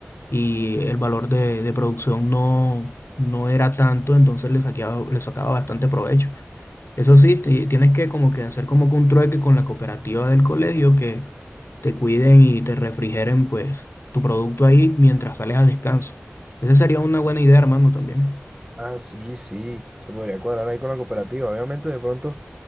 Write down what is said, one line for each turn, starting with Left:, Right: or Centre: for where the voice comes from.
Left: y el valor de, de producción no, no era tanto, entonces le saqueaba- le sacaba bastante provecho. Eso sí, ti- tienes que como que hacer como que un trueque con la cooperativa del colegio que te cuiden y te refrigeren pues tu producto ahí mientras sales a descanso. Esa sería una buena idea, hermano, también.
Right: Ah, sí, sí, se podría cuadrar ahí con la cooperativa. Obviamente, de pronto,